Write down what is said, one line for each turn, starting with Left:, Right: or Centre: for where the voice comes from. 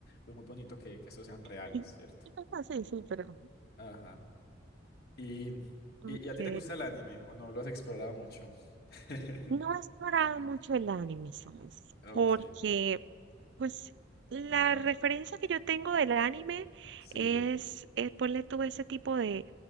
Left: es muy bonito que, que estos sean
Right: <laughs>
Left: reales, ¿cierto?
Right: Sí, sí, pero...
Left: Ajá. Y,
Right: Ok.
Left: y, ¿y a ti te gusta el anime o no lo has explorado mucho? <laughs>
Right: No he explorado mucho el anime, ¿sabes?
Left: Ok,
Right: Porque Pues la
Left: contame.
Right: referencia que yo tengo del anime
Left: Sí,
Right: es, eh, ponle tú ese tipo de,